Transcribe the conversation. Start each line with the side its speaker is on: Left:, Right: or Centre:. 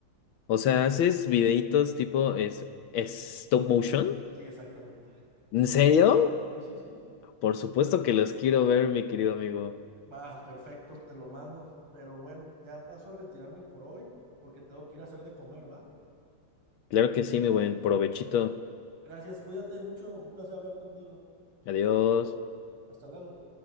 Left: O sea, haces videitos tipo es, es stop motion.
Right: Sí, exactamente.
Left: ¿En serio?
Right: Sí, sí, sí.
Left: Por supuesto que los quiero ver, mi querido amigo.
Right: Va, perfecto, te lo mando. Pero bueno, ya paso a retirarme por hoy porque tengo que ir a hacer de comer, ¿va?
Left: Claro que sí, mi buen provechito.
Right: Gracias, cuídate mucho, un placer hablar contigo.
Left: Adiós.
Right: Hasta luego.